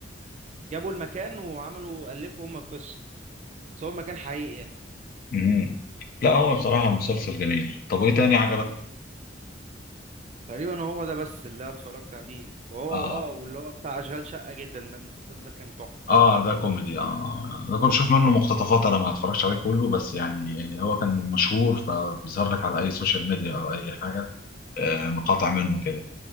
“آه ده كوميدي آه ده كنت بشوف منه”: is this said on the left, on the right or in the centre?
Left